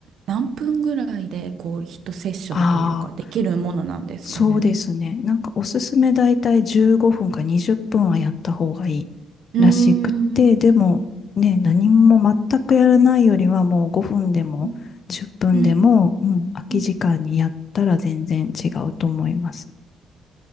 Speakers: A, on the right; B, on the left.
A: 何分ぐらいで、こう、一セッションというか、
B: ああ、
A: できるものなんですかね。
B: そうですね。なんかおすすめだいたい15分か20分はやった方がいいらしくて、
A: うーん。
B: でもね、何も全くやらないよりはもう5分でも10分でも、
A: うん。うん
B: うん、空き時間にやったら全然違うと思います。
A: うん